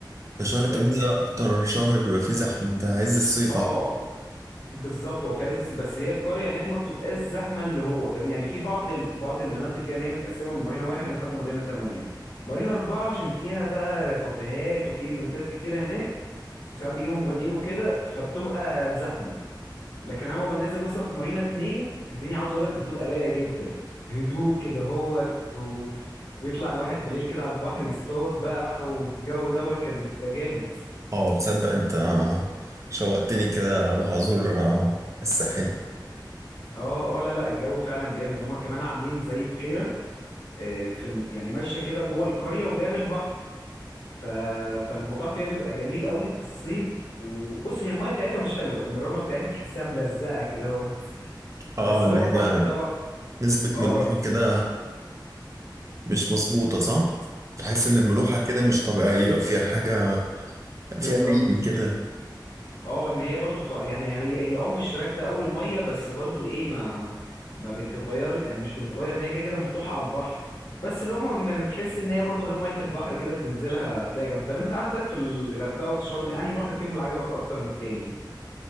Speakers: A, on the right; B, on the left.
A: ده شهر 8
B: فاهمني يعني
A: ده اكتر شهر بيبقى فيه زحمه ده عز الصيف
B: اه
A: أصلاً.
B: بالظبط هو في عز الصيف بس هي القريه هناك ما بتبقاش زحمه اللي هو فاهم يعني في بعض ال... بعض المناطق فيها ان هي متقسمه من مارينا واحد لحد مارينا تمانية مارينا اربعه عشان فيها بقى كافيهات وفي ايفنتات كتيره هناك وساعات بيجيبوا مغنيين وكده فبتبقى زحمه لكن انا ببقى نازل مثلا في مارينا اتنين الدنيا عاوز اقول لك بتبقى رايقه جدا هدوء كده هوت و... ويطلع الواحد بالليل كده على البحر يصطاد بقى والجو دوت كان بيبقى جامد
A: اه بتصدق انت شوقتني كده اروح ازور آه، الساحل
B: اه اه لا لا الجو فعلا جامد ان هم كمان عاملين زي بحيره آه، في يعني ماشيه كده جوه القريه وجايه من البحر ف... فالموضوع فيها بيبقى جميل قوي في الصيد وبص هي الميه بتاعتها مش حلوه ان الرمله بتاعتها تحسها ملزقه كده اهوت بس
A: اه اللي
B: هو البحر
A: هي
B: طبعا
A: نسبه
B: اه
A: ملوحه
B: رب...
A: كده مش مظبوطه صح تحس ان الملوحه كده مش طبيعيه فيها حاجه
B: بالظبط
A: فيها ريم كده
B: اه ان هي برضو تع- يعني هي هي اه مش راكده قوي الميه بس برضو ايه ما ما بتتغير يعني مش بتتغير ان هي كده كده مفتوحه على البحر بس لو ما ما بتحس ان هي برضو غير ميه البحر كده بتنزلها تلاقي جنب طب انت عندك في الغردقه وفي شرم انهي بحر فيهم اللي عجبك اكتر من التاني